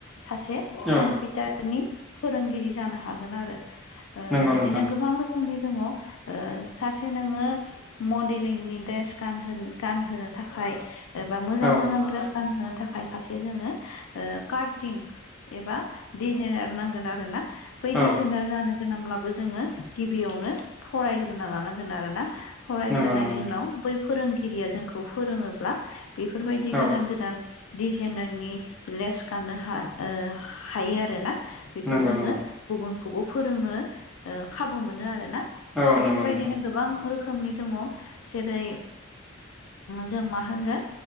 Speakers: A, on the left; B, in the centre.
A: सासे
B: औ
A: कम्पिउटारनि फोरोंगिरि जानो हागोनआरो। ओ
B: नंगौ
A: बिदिनो
B: नोंथां
A: गोबां रोखोम नि दङ ओ सासे नोङो मडेलिंनि द्रेस गानहो गानहोनो थाखाय एबा मोजां
B: औ
A: मोजां द्रेस गानहोनो थाखाय खासे जोङो ओ कारटिं एबा डिजाइनार नांगोन आरो ना। बै
B: औ
A: दिजेनार जानो गोनांब्लाबो जोङो गिबियावनो फरायग्रोना लानांगोन आरोना। फरायग्रोनायनि
B: नंगौ नंगौ नोंथां
A: उनाव बै फोरोंगिरिया जोंखौ फोरोङोब्ला बेफोरबायदि
B: औ
A: गोदान गोदान दिडजाइनारनि द्रेस गाननो हा-हायो आरो ना। बेखौ
B: नंगौ
A: जोङो
B: नंगौ
A: गुबुनखौबो फोरोङो खाबु मोनो आरोना बेफोरबायदिनो
B: औ नंगौ नोंथां
A: गोबां रोखोमनि दङ जेरै- जों मा होनगोन